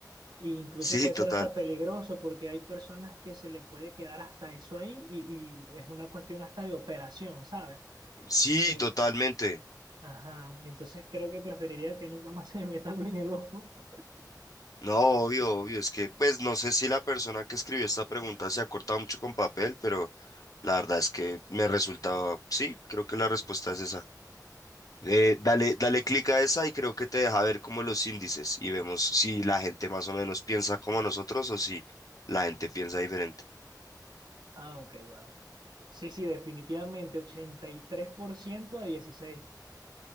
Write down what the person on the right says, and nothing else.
E incluso
puede
ser hasta peligroso porque hay personas que se le puede quedar hasta eso ahí y, y es una cuestión hasta de operación, ¿sabes?
Y,
ajá, entonces creo que preferiría que nunca más <laughs> se me meta algo en el ojo. <laughs>
Ah, ok, bueno. Sí, sí, definitivamente, 83% a dieciséis